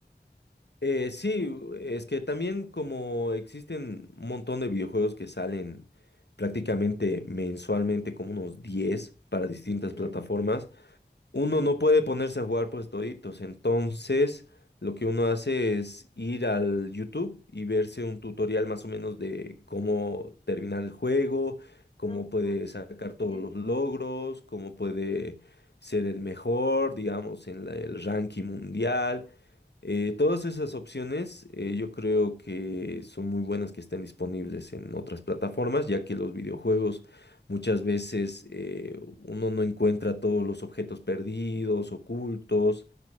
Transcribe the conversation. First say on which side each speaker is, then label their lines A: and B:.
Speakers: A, on the left; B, on the left.
A: Eh, sí, es que también como existen un montón de videojuegos que salen prácticamente mensualmente, como unos 10 para distintas
B: Ujú.
A: plataformas, uno no puede ponerse a jugar pues toditos. Entonces, lo que uno hace es ir al YouTube y verse un tutorial más o menos de cómo terminar el juego, cómo
B: Ah,
A: puede sacar todos
B: ya entiendo.
A: los logros, cómo puede ser el mejor, digamos, en la- el ranking mundial. Eh, todas esas opciones eh, yo creo que son muy buenas que estén disponibles en otras plataformas, ya que los videojuegos muchas veces eh, uno no encuentra todos los objetos perdidos, ocultos.